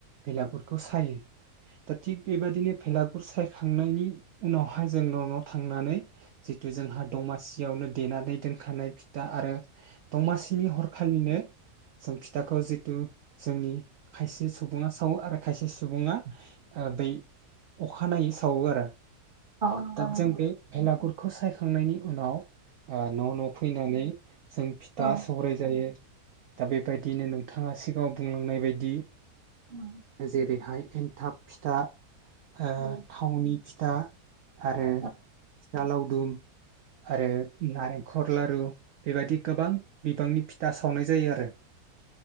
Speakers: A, on the right (about 65°); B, on the right (about 40°).
A: बेलागुरखौ सायो। दा थिग बे बादिनो फेलाग गुफ सायखांनायनि उनाव हाय जों न' न' थांनानै जिथु जोंहा दमासियावनो देनानै दोनखानाय फिथा आरो दमासिनि हरखालिनो सों फिथाखौ जितु जोंनि खायसे सुबुंङा सावो आरो खायसे सुबुंङा बै अखानायै सावो आरो।
B: नंगौ
A: दाब
B: नोंथां
A: जों
B: औ
A: बे भेलागुर खौ सायखांनायनि उनाव आ न' न' फैनानै जों फिथा
B: औ
A: सौराय जायो। दा बेबायदिनो नोंथांङा सिगांङाव बुंलांनाय बायदि
B: उम
A: जेरै हाय एन्थाब फिथा ओ
B: औ
A: थावनि फिथा आरो
B: औ
A: फिथा लावदुम आरो नारें खर लारु बेबायदि गोबां बिबांनि फिथा सावनाय जायो आरो।